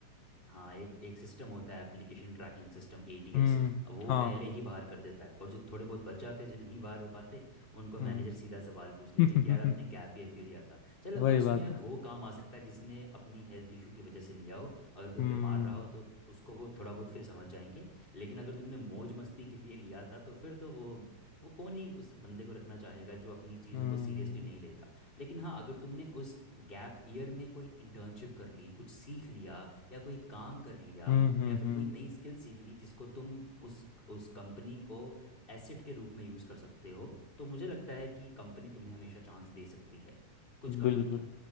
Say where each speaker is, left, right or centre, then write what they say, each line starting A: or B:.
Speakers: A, on the left (about 15°); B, on the left (about 75°).
A: हाँ एक एक सिस्टम होता है एप्लीकेशन ट्रैकिंग सिस्टम एटीएस
B: हम्म
A: वो
B: हाँ
A: पहले ही बाहर कर देता है और जो थोड़े बहुत बच जाते हैं जो नहीं बाहर हो पाते उनको मैनेजर
B: हम्म
A: सीधा सवाल पूछ लेते
B: <laughs>
A: हैं कि यार आपने गैप ईयर क्यों लिया था चलो
B: वही
A: उसमें
B: बात है
A: वो काम आ सकता है जिसने अपनी हेल्थ इशू की वजह से लिया हो अगर कोई
B: हम्म
A: बीमार रहा हो तो उसको वो थोड़ा बहुत फिर समझ जाएंगे लेकिन अगर तुमने मौज मस्ती के लिए लिया था तो फिर तो वो वो कौन ही उस बंदे को रखना चाहेगा जो अपनी चीज़ों
B: हम्म
A: को सीरियसली नहीं लेता लेकिन हाँ अगर तुमने उस गैप ईयर में कोई इंटर्नशिप कर ली कुछ सीख लिया या कोई काम कर लिया
B: हम्म हम्म
A: या फिर
B: हम्म
A: कोई नई स्किल सीख ली जिसको तुम उस उस कंपनी को एसेट के रूप में यूज़ कर सकते हो तो मुझे लगता है कि कंपनी तुम्हें हमेशा चांस दे सकती है कुछ कंपनियां
B: बिल्कुल